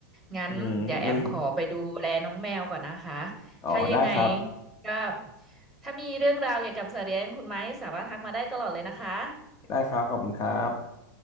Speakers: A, in the centre; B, on the left.
A: งั้นเดี๋ยวแอมขอไปดูแลน้องแมวก่อนนะคะ
B: อืมงั้น อ๋อได้ครับ
A: ถ้ายังไงก็ถ้ามีเรื่องราวเกี่ยวกับสัตว์เลี้ยงคุณไม้สามารถทักมาได้ตลอดเลยนะคะ
B: ได้ครับขอบคุณครับ